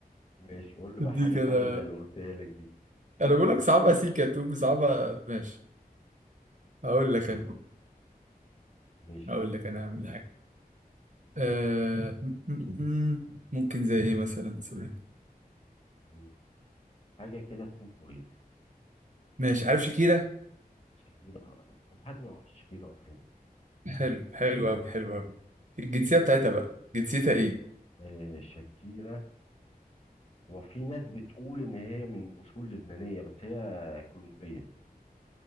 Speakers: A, on the left (about 40°); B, on the right (about 55°).
A: ماشي قول لي بقى حاجه
B: دي كده
A: سهله زي اللي قلت لك دي
B: انا بقول لك صعبة سيكا تقول صعبة ماشي هقول
A: مم.
B: لك انا
A: ماشي
B: هقول لك انا هعمل حاجة آه م- م- م- ممكن زي ايه مثلا ثواني.
A: مم. حاجه كده تكون كويسه
B: ماشي عارف شاكيرا
A: شاكيرا طب حد ما يعرفش شاكيرا اصلا
B: حلو حلو قوي حلو قوي الجنسية بتاعتها بقى جنسيتها ايه
A: آه شاكيرا وفي ناس بتقول ان هي من اصول لبنانيه بس هي كولومبيه